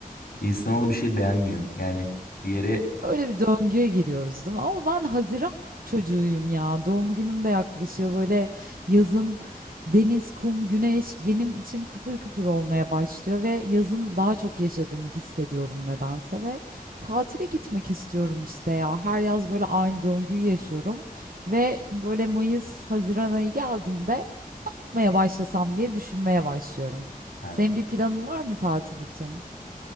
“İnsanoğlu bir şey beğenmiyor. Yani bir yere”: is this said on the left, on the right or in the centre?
Left